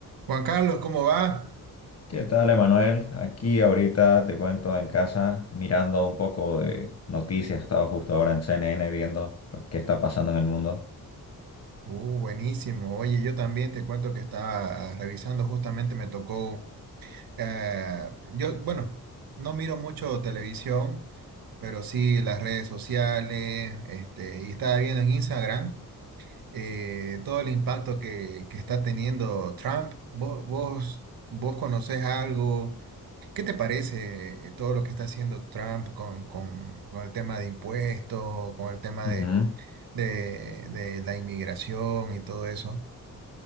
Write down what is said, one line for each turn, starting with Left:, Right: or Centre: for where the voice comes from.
Right: Juan Carlos, ¿cómo va?
Left: ¿Qué tal, Emanuel? Aquí ahorita te cuento en casa mirando un poco de noticias. Estaba justo ahora en CNN viendo qué está pasando en el mundo.
Right: Uh, buenísimo. Oye, yo también te cuento que estaba revisando, justamente me tocó, eh, yo, bueno, no miro mucho televisión, pero sí las redes sociales, este, y estaba viendo en Instagram eh, todo el impacto que, que está teniendo Trump. ¿Vos, vos, vos conocés algo? ¿Qué te parece eh, todo lo que está haciendo Trump con, con, con el tema de impuestos, con el tema
Left: Ujú.
Right: de de, de la inmigración y todo eso.